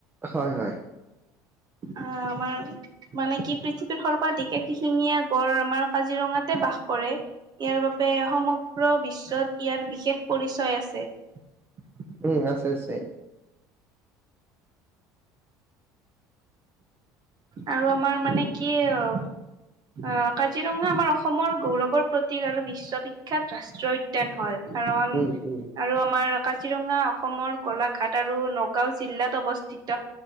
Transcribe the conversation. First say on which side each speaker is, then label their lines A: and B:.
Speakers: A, on the right; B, on the right.
A: হয় হয়।
B: অ আমাৰ মানে কি পৃথিৱীৰ সৰ্বাধিক এক শিঙীয়া গঁড় আমাৰ কাজিৰঙাতে বাস কৰে ইয়াৰ বাবে সমগ্ৰ বিশ্বত ইয়াৰ বিশেষ পৰিচয় আছে
A: উম আছে আছে
B: আৰু আমাৰ মানে কি আহ কাজিৰঙা আমাৰ অসমৰ গৌৰৱৰ প্ৰতীক আৰু বিশ্ববিখ্যাত ৰাষ্ট্ৰীয় উদ্যান হয় কাৰণ
A: উম উম
B: আৰু আমাৰ কাজিৰঙা অসমৰ গোলাঘাট আৰু নগাঁও জিলাত অৱস্থিত